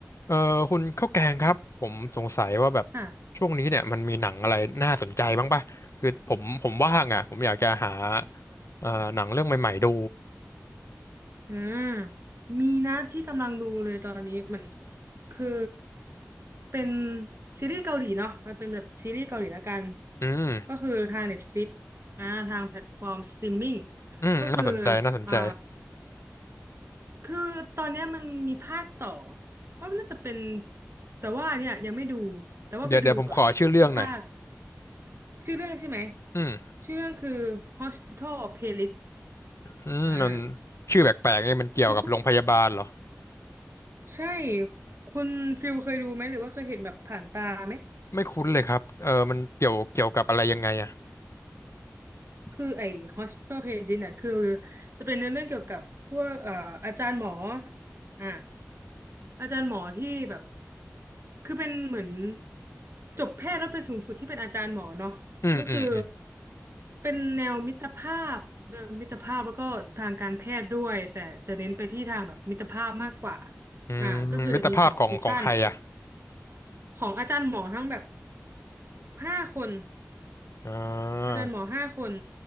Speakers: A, on the left; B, on the right.
A: เออคุณข้าวแกงครับผมสงสัยว่าแบบ
B: ค่ะ
A: ช่วงนี้เนี่ยมันมีหนังอะไรน่าสนใจบ้างป่ะคือผมผมว่างอ่ะผมอยากจะหาเอ่อหนังเรื่องใหม่ๆดู
B: อืมมีนะที่กำลังดูเลยตอนนี้เหมือนคือเป็นซีรีส์เกาหลีเนาะมันเป็นแบบซีรีส์เกาหลีละกัน
A: อืม
B: ก็คือทาง Netflix อ่าทางแพลตฟอร์มสตรีมมิ่ง
A: อืมน่าสนใจน่าสนใจ
B: ก็คืออ่าคือตอนเนี้ยมันมีภาคต่อว่ามันน่าจะเป็นแต่ว่าเนี่ยยังไม่ดูแต่ว่าไปดูก่อนแบบภาค
A: เดี๋ยวเดี๋ยวผมขอชื่อเรื่องหน่อย
B: ชื่อเรื่องใช่ไหม
A: อืม
B: ชื่อเรื่องคือ Hospital Playlist
A: อืมมัน
B: อ่า
A: ชื่อแปลกๆเนี่ยมันเกี่ยวกับโรงพยาบาลเหรอ
B: คือคุณ ใช่คุณฟิลเคยดูไหมหรือว่าเคยเห็นแบบผ่านตาไหม
A: ไม่คุ้นเลยครับเออมันเกี่ยวเกี่ยวกับอะไรยังไงอ่ะ
B: คือไอ้ Hospital Playlist น่ะคือจะเป็นเนื้อเรื่องเกี่ยวกับพวกเอ่ออาจารย์หมออ่าอาจารย์หมอที่แบบคือเป็นเหมือนจบแพทย์แล้วไปสูงสุดที่เป็นอาจารย์หมอเนาะก็คือ
A: อืมอืมอืม
B: เป็นแนวมิตรภาพแนวมิตรภาพแล้วก็ทางการแพทย์ด้วยแต่จะเน้นไปที่ทางแบบมิตรภาพมากกว่า
A: อืมมิตรภาพของของใครอ่ะ
B: อ่าก็คือจะมีสองซีซั่นของอาจารย์หมอทั้งแบบห้าคน
A: อ่า
B: อาจารย์หมอห้าคน